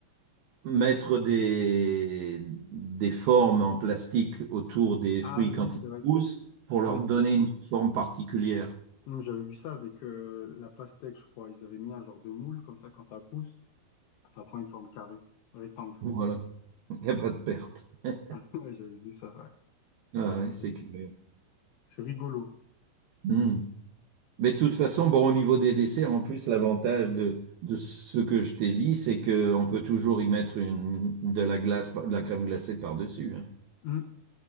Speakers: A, on the right; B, on the left.
A: mettre des, des formes en plastique autour des
B: Ah
A: fruits quand
B: oui, c'est
A: ils
B: vrai. c'est-
A: poussent
B: c'est- c'est-
A: pour leur
B: Mm.
A: donner une forme particulière.
B: Mm, J'avais vu ça avec euh, la pastèque, je crois. Ils avaient mis un genre de moule, comme ça, quand ça pousse, ça prend une forme carrée, rectangle.
A: Voilà, il n'y a pas de perte. <laughs>
B: <laughs> Ouais, J'avais vu ça, ouais.
A: Ah
B: Ouais, c'est
A: ouais, c'est curieux.
B: c'est rigolo.
A: Hmm. Mais de toute façon, bon, au niveau des desserts, en plus, l'avantage de, de ce que je t'ai dit, c'est qu'on peut toujours y mettre une, de la glace, de la crème glacée par-dessus. hein.
B: Mm.